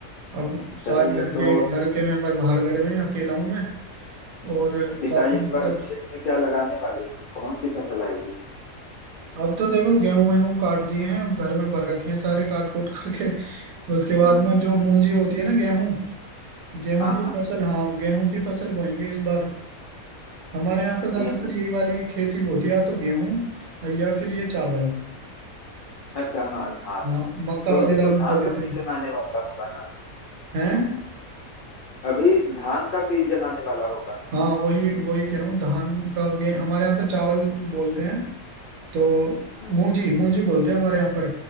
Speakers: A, on the right; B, on the left.
A: अब
B: सही
A: सारे
B: है
A: घर
B: तो
A: के घर के मेंबर बाहर घर में अकेला हूँ मैं और
B: पिताजी
A: काफी
B: इस
A: मतलब
B: बार खेत में क्या लगाने वाले हैं कौन सी फसल आएगी
A: अब तो देखो गेहूं वेहूं काट दिए हैं अब घर में भर रखे हैं सारे काट कूट <laughs> करके तो उसके बाद
B: हम्म
A: में जो मूंजी होती है ना गेहूं गेहूं
B: हाँ
A: की
B: हाँ
A: फसल हाँ गेहूं की फसल बोएंगे इस बार हमारे यहाँ पे ज्यादातर
B: गेहूं
A: यही वाली खेती होती है या तो गेहूं या फिर ये चावल
B: अच्छा हाँ धान
A: म- मक्का
B: तो
A: वगैरह
B: अभी तो
A: भी
B: धान
A: बोले
B: का सीजन
A: थे
B: आने वाला होगा ना
A: हैं
B: अभी धान का सीजन आने वाला होगा
A: हाँ वही वही कह रहा हूँ धान का गे हमारे यहाँ पे चावल बोलते हैं तो
B: हम्म
A: मूंजी मूंजी बोलते हैं हमारे यहाँ पर